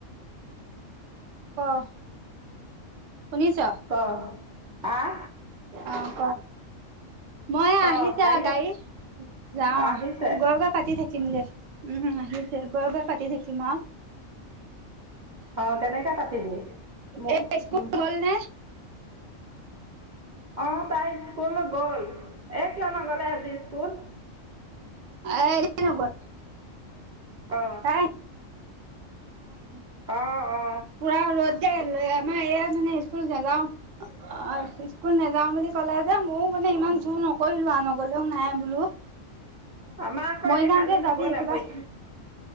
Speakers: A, on the right (about 75°); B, on the right (about 40°).
A: ক'। শুনিছ?
B: ক', আহ?
A: অ', ক'। মই এয়া
B: ক
A: আহিছে
B: গাড়ীয়ে
A: আৰু গাড়ী, যাওঁ আহ,
B: আহিছে
A: গৈ-গৈ পাতি থাকিম দে, উম, আহিছে, গৈ-গৈ পাতি থাকিম আৰু।
B: অহ কেনেকে পাতিবি, ম,
A: এই স্কুল
B: উম।
A: গ'ল নে
B: অহ তাই স্কুল গ'ল, এ কিয় নগ'লে আজি স্কুল?
A: এই এনেই নগল,
B: অ
A: তাই <unintelligible>
B: অ', অ'।
A: পুৰা ৰ'দ দে, আহ, মানে, এয়া মানে স্কুল নাযাও, অহ স্কুল নাযাও বুলি ক'লে যে, ময়ো মানে ইমান জোৰ নকৰিলোঁ আৰু নগলেও নাই বোলোঁ।
B: আমাৰ আকৌ
A: মৰিগাঁও
B: এই কালি
A: যে
B: নগ'লে
A: যাবি কিবা
B: পৰীক্ষা